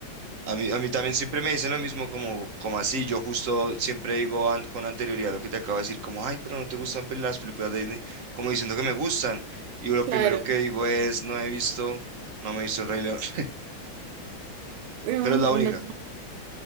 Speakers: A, on the right (about 45°); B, on the right (about 85°).
A: A mí, a mí también siempre me dicen lo mismo, como, como así. Yo justo siempre digo an- con anterioridad lo que te acabo de decir, como, ay, pero no te gustan pel- las películas de Disney, como diciendo que me gustan. Y lo
B: Claro.
A: primero que digo es, no he visto, no me he visto El Rey León, <laughs>
B: Ay,
A: pero es la única.
B: no.